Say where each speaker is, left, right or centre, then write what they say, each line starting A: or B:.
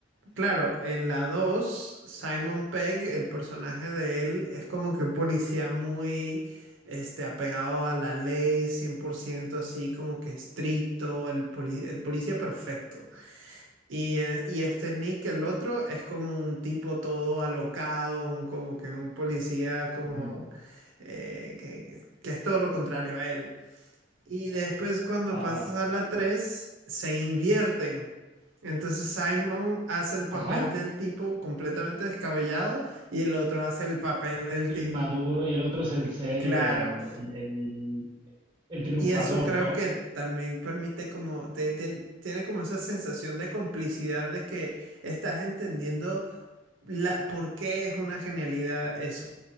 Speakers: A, on the right; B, on the right.
A: claro, en la 2 Simon Pegg, el personaje de él, es como que un policía muy, este, apegado a la ley, 100% así, como que estricto, el, poli- el policía perfecto. Y, eh, y este Nick, el otro, es como un tipo todo alocado, un- como que un policía como
B: Ujú.
A: eh, que, que es todo lo contrario a él. Y después cuando
B: Ajá,
A: pasas a la 3 se invierten. Entonces Simon hace el papel
B: ajá,
A: del tipo completamente descabellado y el otro hace el papel del
B: inmaduro
A: tipo,
B: y el otro es el serio,
A: claro.
B: el, el, el, el triunfador,
A: Y eso creo
B: ¿no?
A: que también permite como, te- te- tiene como esa sensación de complicidad de que estás entendiendo la, ¿por qué es una genialidad eso?